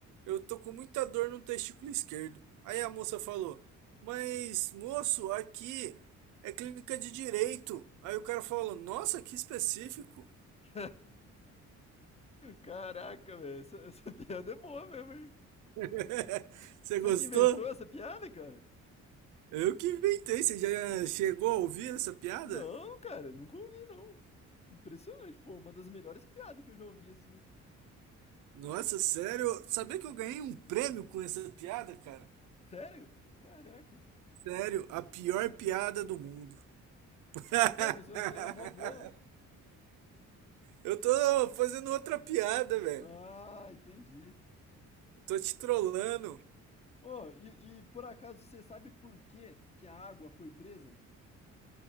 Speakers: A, on the right; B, on the left.
A: eu tô com muita dor no testículo esquerdo. Aí a moça falou: Mas, moço, aqui é clínica de direito. Aí o cara falou: Nossa, que específico.
B: <laughs> Caraca, velho. Essa, essa piada é boa mesmo, hein?
A: <laughs> Você
B: Você
A: gostou?
B: que inventou essa piada, cara?
A: Eu que inventei. Você já chegou a ouvir essa piada?
B: Não, cara, nunca ouvi, não. Impressionante, pô. Uma das melhores piadas que eu já ouvi, assim.
A: Nossa, sério? Sabia que eu ganhei um prêmio com essa piada, cara?
B: Sério? Caraca.
A: Sério, a pior piada do mundo. <laughs>
B: Pô, mas eu achei ela mó boa.
A: Eu tô fazendo outra piada, velho.
B: Ah, entendi.
A: Eu tô te trollando.
B: Ô, e, e por acaso você sabe por que que a água foi presa?